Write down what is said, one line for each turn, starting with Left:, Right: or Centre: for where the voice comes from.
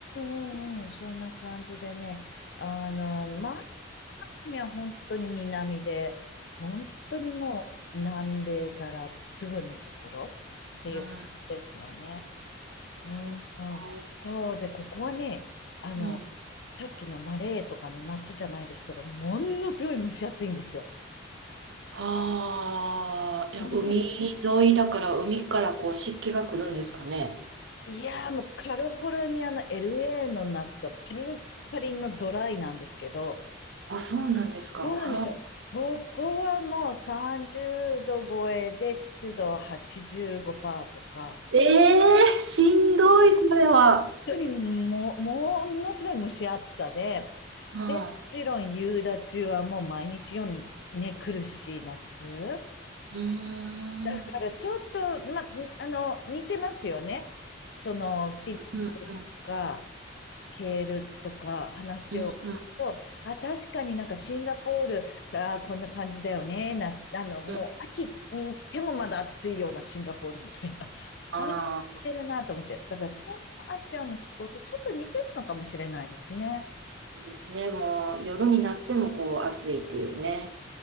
Left: うんうんうん、そんな感じでね、あの、前ミは本当に南で、本当にもう南米からすぐのところっていう感じですよね。
Right: うん、
Left: うん、
Right: そう
Left: うん。
Right: か。
Left: そうで、ここはね、あの、
Right: うん。
Left: さっきのマレーとかの夏じゃないですけど、ものすごい蒸し暑いんですよ。
Right: はあ、いや、
Left: も
Right: 海沿いだから海からこう湿気が来るんですかね。
Left: ういやーもうカリフォルニアの LA の夏はパリンパリンのドライなんですけど、
Right: あ、そうなんですか。
Left: そうなんですよ。
Right: はあ、
Left: ここはもう30度超えで湿度85%とか、
Right: ええーしんどい、それは。
Left: 当にも、ものすごい蒸し暑さで、
Right: はあ、
Left: で、もちろん夕立はもう毎日ようにね、来るし、夏。
Right: うーん。
Left: だからちょっと、
Right: うん
Left: ま、あの、似てますよね。その、フィリピン
Right: うんうん
Left: か、ケールとか話を聞くと、
Right: うんうん
Left: あ、確かになんかシンガポールがこんな感じだよね。な、あの、
Right: うん。
Left: もう秋に行ってもまだ暑いようなシンガポールみたいな。<laughs>
Right: ああ、
Left: あ、似てるなと思って。だから東南アジアの気候とちょっと似てるのかもしれないですね。
Right: そうですね。もう夜になってもこう暑いっていうね。